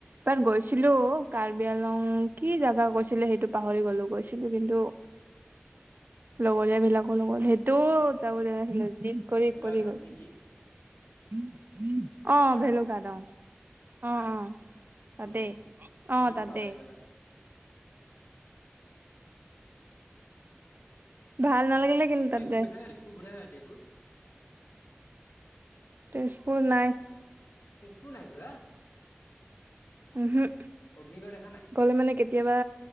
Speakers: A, on the right (about 50°); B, on the left (about 80°).
A: তাত গৈছিলো কাৰ্বি আলং কি জেগা কৈছিল! ছিলে সেইটো পাহৰি গলো গৈছিলো কিন্তু লগৰীয়া বিলাকৰ লগত সেইটো যাব দিয়া নাছিলে জিদ কৰি
B: ভেলুৱা
A: কৰি
B: ঘাট
A: গৈছো।
B: নে কি
A: উম উম অ
B: ৱাটাৰ
A: ভেলোঘাত অ। অহ,
B: হা
A: অ, তাতে
B: অ
A: অহ
B: গৈ
A: ততে
B: পাহৰি গলা উ
A: ভাল নালাগিলে কিন্তু তাতে
B: আৰু তেজপুৰ গৈছা নে নাই তেজপুৰ ঘূৰা নাই তেজপুৰ?
A: তেজপুৰ নাই
B: তেজপুৰ নাই ঘূৰা?
A: উম হুম,
B: অগ্নিগড় দেখা নাই
A: গলে মানে কেতিয়াবা